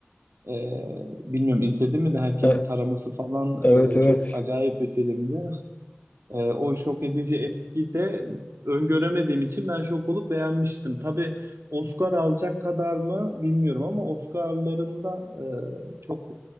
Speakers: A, on the right; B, on the left.
A: Ee, bilmiyorum izledim mi de herkesi
B: E,
A: taraması falan
B: evet
A: e,
B: evet.
A: çok acayip bir filmdi. Ee, o şok edici etki de öngöremediğim için ben şok olup beğenmiştim. Tabii Oscar alacak kadar mı bilmiyorum ama Oscar'larında e, çok